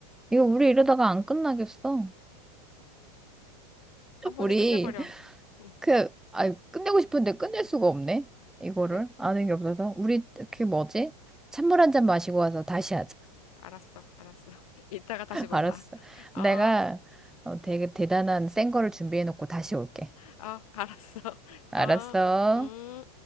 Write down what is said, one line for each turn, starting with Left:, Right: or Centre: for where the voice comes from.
Centre: 이거 우리 이러다가 안 끝나겠어.
Left: 한 번에
Centre: 우리
Left: 끝내버려. 음,
Centre: 그, 아, 끝내고 싶은데 끝낼 수가 없네. 이거를
Left: 그래?
Centre: 아는 게 없어서. 우리 그 뭐지? 찬물 한 잔 마시고 와서 다시 하자.
Left: 알았어, 알았어. <laughs> 이따가 다시
Centre: <laughs>
Left: 만나.
Centre: 알았어.
Left: <laughs> 아,
Centre: 내가 어, 되게 대단한 센 거를 준비해 놓고 다시 올게.
Left: 아, 알았어. <laughs>
Centre: 알았어.
Left: 아, 음.